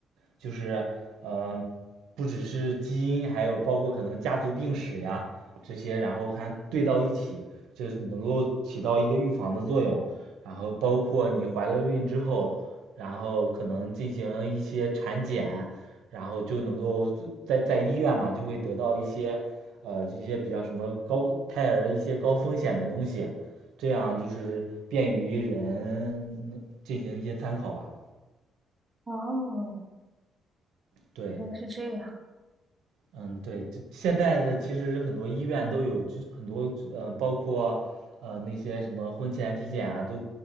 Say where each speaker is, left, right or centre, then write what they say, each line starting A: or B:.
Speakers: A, on the right (about 85°); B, on the right (about 20°).
A: 就是呃，不只是基因，还有包括可能家族病史呀这些，然后看对到一起，就能够起到一个预防的作用。然后包括你怀了孕之后，然后可能进行一些产检，然后就能够在在医院嘛，就会得到一些呃一些比较什么高胎儿一些高风险的东西，这样就是便于人嗯进行一些参考吧。
B: 哦，
A: 对，
B: 原来是这样。
A: 嗯，对，这现在的其实很多医院都有这很多呃，包括呃那些什么婚前体检啊，都